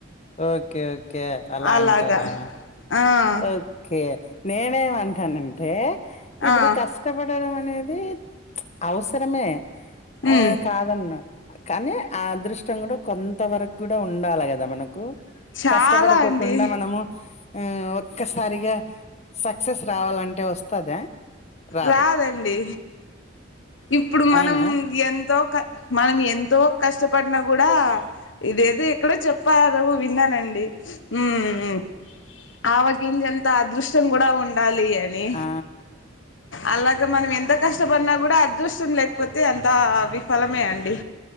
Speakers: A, on the left; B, on the left.
A: ఓకే ఓకే అలా
B: అలాగా
A: అంటారా
B: ఆ
A: ఓ ఓకే నేనేమంటానంటే ఇప్పుడు
B: ఆ
A: కష్ కష్టపడడం అనేది అవసరమే
B: ఉమ్
A: ఆ కాదన్ను కానీ ఆ అదృష్టం కూడా కొంత వరకు కూడా ఉండాలి కదా మన కు
B: చాలా
A: కష్టపడుకోకుండా
B: అండి
A: మనము ఆ ఒక్కసారిగా సక్సెస్ రావాలంటే వస్తదా రాదు.
B: రాదండి ఇప్పుడు మనం
A: అవునా?
B: ఎంతో క మనం ఎంతో కష్టపడినా కూడా ఇదేదో ఎక్కడో చెప్పారు విన్నానండి ఉమ్ ఉ ఆవ గింజంత అదృష్టం కూడా ఉండాలి అని
A: ఆ!
B: అలాగ మనం ఎంత కష్టపడినా కూడా అదృష్టం లేకపోతే అంత విఫలమే అండి